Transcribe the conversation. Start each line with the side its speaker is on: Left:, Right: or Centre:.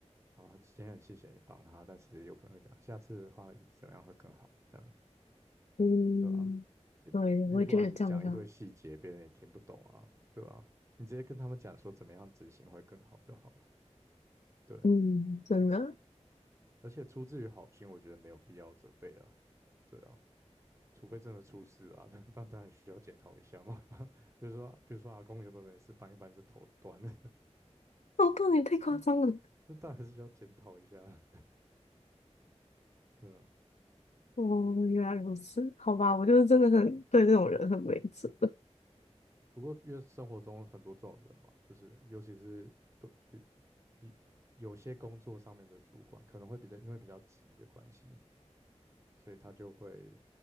Right: 然后今天很谢谢你帮他，但是有可能会这样，下次的话怎么样会更好，这样
Left: 嗯，
Right: 对吧？就因为不然你讲一堆细节，
Left: 对，我也觉得这样比较好，
Right: 别人也听不懂啊，对吧？你直接跟他们讲说怎么样执行会更好就好了，对。
Left: 嗯，真的，
Right: 而且出自于好心，我觉得没有必要责备啊，对啊，除非真的出事啊，但但当然需要检讨一下嘛。<laughs> 比如说，比如说阿公原本没事，搬一搬就头断了，
Left: 哦，不你太夸张了，
Right: <laughs> 那那当然是需要检讨一下啊，对啊。
Left: 哦，原来如此，好吧，我就是真的很对这种人很没辙。
Right: 不过，因为生活中很多这种人嘛，就是尤其是工，比一有些工作上面的主管可能会比较，因为比较急的关系，所以他就会